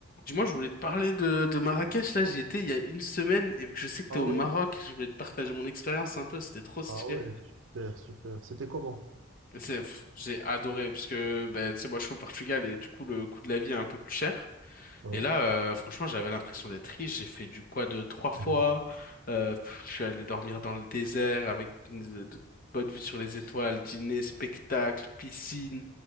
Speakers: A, on the left (about 45°); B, on the right (about 65°).
A: Dis-moi, je voulais te parler de, de Marrakech. Là, j'y étais il y a une semaine et vu que je sais que t'es
B: Ah
A: au
B: ouais?
A: Maroc, je voulais te partager mon expérience un peu. C'était trop stylé.
B: Ah ouais, super, super. C'était comment?
A: Et c'est- pff, J'ai adoré parce que, ben, tu sais, moi, je suis au Portugal et du coup, le coût de la vie est un peu plus cher.
B: Ouais.
A: Et là, euh, franchement, j'avais l'impression d'être riche. J'ai fait du quad trois
B: <laughs>
A: fois. Euh, pff, je suis allé dormir dans le désert avec une- de bonne vue sur les étoiles, dîner, spectacle, piscine.